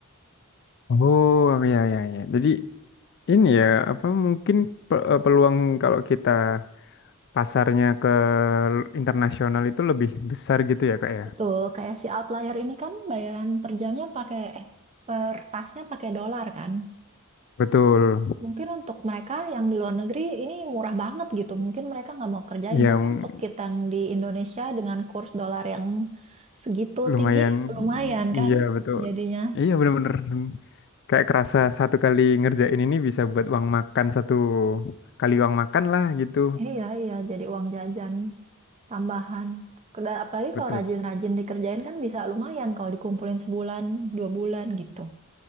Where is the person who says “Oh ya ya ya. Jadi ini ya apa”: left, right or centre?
Left